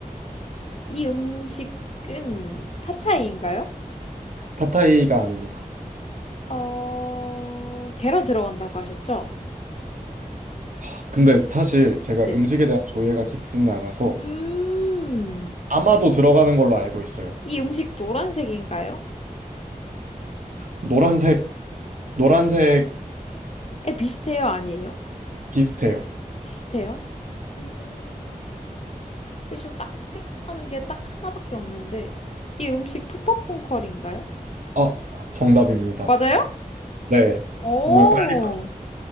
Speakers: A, on the left; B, on the right.
A: 이 음식은 팟타이인가요?
B: 팟타이가 아닙니다.
A: 어, 계란 들어간다고 하셨죠?
B: 아, 근데 사실 제가
A: 네.
B: 음식에 대한 조예가 깊지는 않아서
A: 음,
B: 아마도 들어가는 걸로 알고 있어요.
A: 이 음식 노란색인가요?
B: 노란색, 노란색
A: 에, 비슷해요? 아니에요?
B: 비슷해요.
A: 비슷해요? 음, 저 지금 딱 생각나는 게 딱 하나밖에 없는데, 이 음식 푸팟퐁커리인가요?
B: 아, 정답입니다.
A: 맞아요?
B: 네.
A: 오,
B: 정말 빨리.